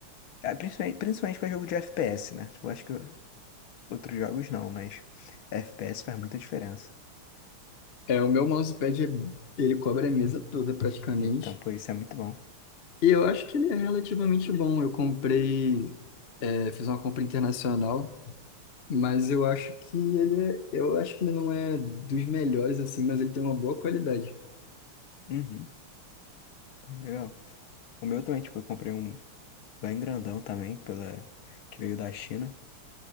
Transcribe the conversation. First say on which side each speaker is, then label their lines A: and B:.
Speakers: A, on the left; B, on the left.
A: ah, Principalmente, principalmente para jogo de FPS, né? Eu acho que Outros jogos não, mas FPS faz muita diferença.
B: é, o meu mousepad, é- ele cobre a mesa toda praticamente,
A: Então, pô, isso é muito bom.
B: e eu acho que ele é relativamente bom. Eu comprei, é, fiz uma compra internacional, mas eu acho que ele é, eu acho que ele não é dos melhores, assim, mas ele tem uma boa qualidade.
A: Uhum, legal. O meu também, tipo, eu comprei um bem grandão também, pela... que veio da China.